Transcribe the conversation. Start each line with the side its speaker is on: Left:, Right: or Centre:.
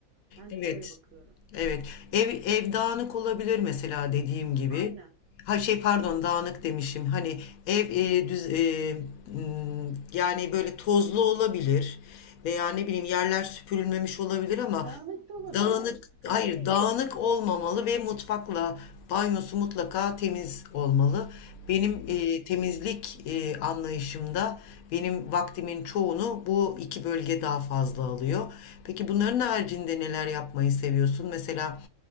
Right: Ben
Left: Evet.
Right: böyle bakıyorum.
Left: Evet. Ev, ev dağınık olabilir mesela dediğim gibi.
Right: Aynen.
Left: Ha şey pardon dağınık demişim. Hani ev e, düz e, m, yani böyle tozlu olabilir veya ne bileyim yerler süpürülmemiş olabilir ama
Right: Dağınık da olabilir
Left: Dağınık,
Right: ev, sıkıntı
Left: hayır
Right: değil.
Left: dağınık olmamalı ve mutfakla banyosu mutlaka temiz olmalı. Benim
Right: Hmm.
Left: e, temizlik e, anlayışımda benim vaktimin çoğunu bu iki bölge daha fazla alıyor. Peki bunların haricinde neler yapmayı seviyorsun? Mesela